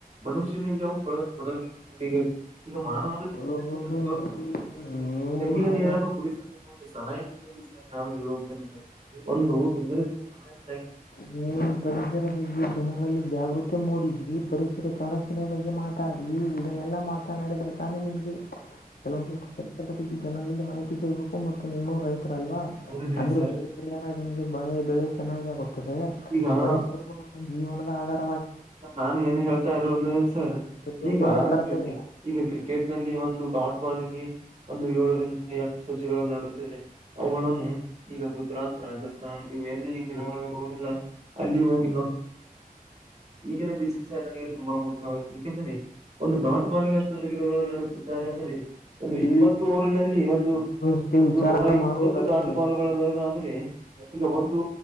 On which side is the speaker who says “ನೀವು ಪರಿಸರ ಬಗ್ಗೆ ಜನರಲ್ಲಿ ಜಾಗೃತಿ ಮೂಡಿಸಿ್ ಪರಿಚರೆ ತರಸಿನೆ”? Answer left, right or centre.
Left